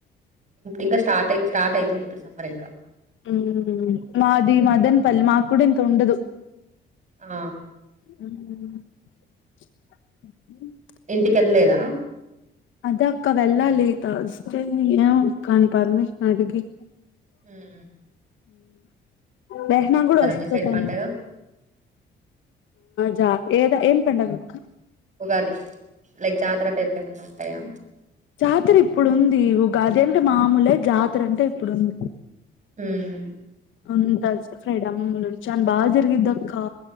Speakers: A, on the right (about 40°); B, on the left (about 75°).
A: ఇంకా స్టార్ట్ స్టార్ట్ అయితుంది ఇప్పుడు సమర్ ఇంకా
B: మ్, మాది మదనపల్లి మాకుూడంత ఉండదు.
A: ఆ
B: <inaudible>
A: ఇంటికెళ్ళలేదా?
B: అద అక్క వెళ్ళాలి తస్తే ఏ కాని పర్మిషన్ అడిగి
A: మ్
B: బేహనా కూడా వస్తు
A: మీ సైడ్
B: దని
A: పండగ
B: దా ఏద ఏం పిండాల్కా?
A: అది లైక్ జాతర టైప్లు ఏమైన్నా ఉంటాయా?
B: జాతర ఇప్పుడుంది. గద అంటే మామూలే జాతర అంటే ఇప్పుడుంది.
A: మ్.
B: ఉంతా చ్ ఫ్రైడ్ అమ్మలు ఉన్ఛాణ్ బా జరిగిద్ది అక్కా